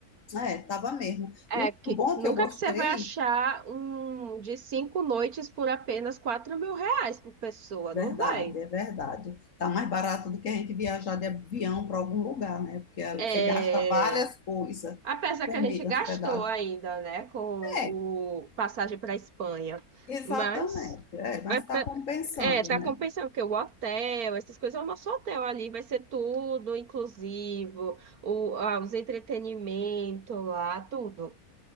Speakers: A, on the left (about 60°); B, on the right (about 85°).
A: É, tava mesmo.
B: É
A: E o
B: que
A: bom
B: nunca
A: que eu gostei,
B: que você vai achar um de cinco noites por apenas quatro mil reais por pessoa,
A: verdade,
B: não vai?
A: é verdade. Tá mais barato do que a gente viajar de avião para algum lugar, né? Porque ali
B: É.
A: você gasta várias coisas,
B: Apesar
A: comida,
B: que a gente gastou
A: hospedagem.
B: ainda, né, com
A: É,
B: o passagem para Espanha,
A: exatamente.
B: mas
A: É, mas
B: mas
A: está
B: pe-
A: compensando,
B: é, tá
A: né?
B: compensando porque o hotel, essas coisas, o nosso hotel ali vai ser tudo inclusivo, o, ah, os entretenimento lá, tudo.